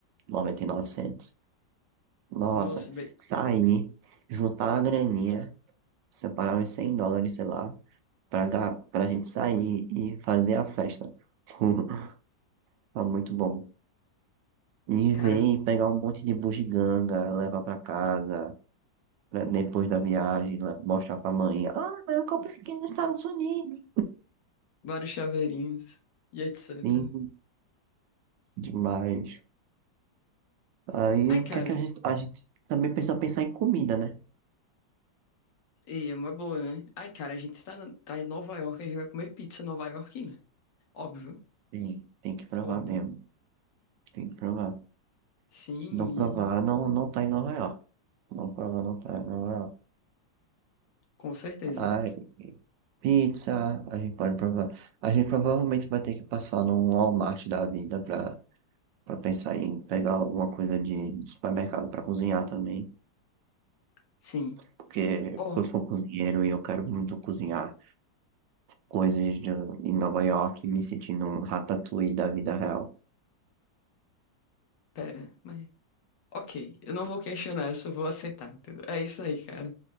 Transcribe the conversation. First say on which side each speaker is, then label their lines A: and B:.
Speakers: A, on the right; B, on the left.
A: 99 centos. Nossa,
B: Nossa, bem,
A: sair, juntar a graninha, separar uns 100 dólares, sei lá, pra, dar- pra gente sair e fazer a festa. <laughs> Tá muito bom. E
B: cara,
A: vem pegar um monte de bugiganga, leva pra casa, pra depois da viagem, le- mostrar pra mãe. Ah, mas eu comprei aqui nos Estados Unidos.
B: vários chaveirinhos e etc.
A: Sim, demais. Aí
B: Ai,
A: o
B: cara,
A: que é que a gente, a gente também precisa pensar em comida, né?
B: e é uma boa, né? Ai, cara, a gente tá, na- tá em Nova York, a gente vai comer pizza nova iorquina. Óbvio,
A: Tem, tem que provar
B: óbvio.
A: mesmo. Tem que provar.
B: Sim,
A: Se não provar,
B: e...
A: não, não tá em Nova York. Se não provar, não tá em Nova York.
B: com certeza.
A: Ah, Pizza, a gente pode provar. A gente provavelmente vai ter que passar num Walmart da vida pra, pra pensar em pegar alguma coisa de, de supermercado pra cozinhar também.
B: Sim.
A: Porque,
B: Oh,
A: porque eu sou cozinheiro e eu quero muito cozinhar coisas de, em Nova York, me sentindo um ratatouille da vida real.
B: pera, mas. Ok, eu não vou questionar, eu só vou aceitar, entendeu? É isso aí, cara.